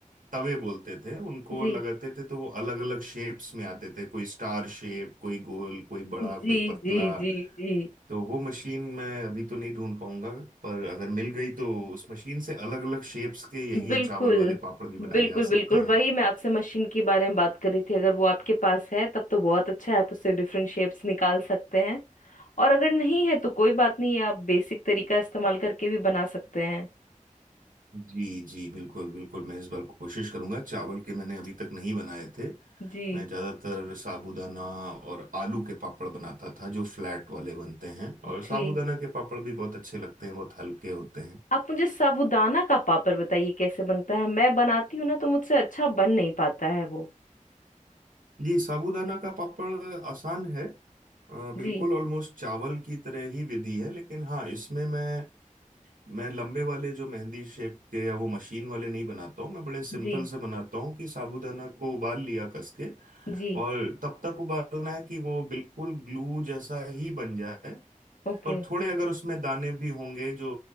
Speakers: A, on the right; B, on the left.
A: तवे बोलते थे उनको
B: जी
A: लगाते थे तो वो अलग अलग शेप्स में आते थे कोई स्टार शेप कोई गोल कोई बड़ा
B: जी
A: कोई पतला
B: जी जी जी जी
A: तो वो मशीन मैं अभी तो नहीं ढूंढ पाऊंगा पर अगर मिल गई तो उस मशीन से अलग अलग शेप्स के यही
B: बिल्कुल
A: चावल वाले पापड़ भी बनाए
B: बिल्कुल
A: जा
B: बिल्कुल
A: सकते हैं
B: वही मैं आपसे मशीन के बारे में बात कर रही थी अगर वो आपके पास है तब तो बहुत अच्छा है आप उससे डिफरेंट शेप्स निकाल सकते हैं और अगर नहीं है तो कोई बात नहीं है आप बेसिक तरीका इस्तेमाल करके भी बना सकते हैं
A: जी जी बिल्कुल बिल्कुल मैं इस बार कोशिश करूंगा चावल के मैंने अभी तक नहीं बनाए थे
B: जी
A: मैं ज्यादातर साबूदाना और आलू के पापड़ बनाता था जो फ्लैट वाले बनते हैं और साबूदाना
B: जी
A: के पापड़ भी बहुत अच्छे लगते हैं बहुत हल्के होते हैं
B: आप मुझे साबूदाना का पापड़ बताइए कैसे बनता है मैं बनाती हूँ ना तो मुझसे अच्छा बन नहीं पाता है वो
A: जी साबूदाना का पापड़ आसान है अ,
B: जी
A: बिल्कुल ऑलमोस्ट चावल की तरह ही विधि है लेकिन हाँ इसमें मैं मैं लंबे वाले जो मेहंदी शेप के या वो मशीन वाले नहीं बनाता हूँ मैं बड़े सिंपल
B: जी
A: से बनाता हूँ कि साबूदाना को उबाल लिया कस के
B: जी
A: और तब तक उबालना है कि वो बिल्कुल ग्लू जैसा ही बन जाए
B: ओके
A: पर थोड़े अगर उसमें दाने भी होंगे जो